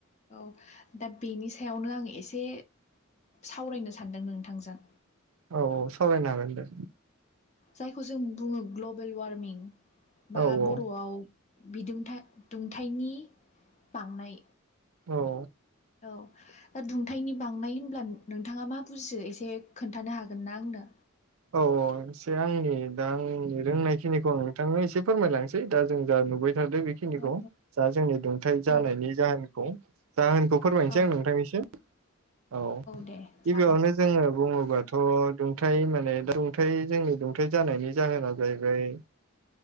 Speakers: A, on the left; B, on the right.
A: औ दा बेनि सायावनो आं एसे सावरायनो सानदों नोंथांजों
B: औ औ सावरायनो हागोन दे
A: जायखौ जों बुङो ग्लबेल वार्मिं बा
B: औ
A: बर'आव
B: औ
A: बिदुं दुंथायनि बांनाय
B: औ
A: औ दा दुंथायनि बांनाय होनब्ला नोंथाङा मा बुजियो एसे खोन्थानो हागोन ना आंनो
B: औ औ एसे आंनि दा आंनि रोंनायखिनिखौ आं नोंथांनो एसे फोरमायलांसै दा जों जा नुबाय बेखिनिखौ
A: औ
B: जा जोंनि दुंथायाइ
A: औ
B: जानायनि जाहोनखौ जाहोनखौ फोरमायनोसै
A: औ
B: आं नोंथांनिसिम औ
A: दे
B: गिबियावनो
A: जागोन
B: जोङो बुङोबाथ' दुंथाय माने दा दुंथाय जोंनि दुंथाइ जानायनि जाहोना जाहैबाय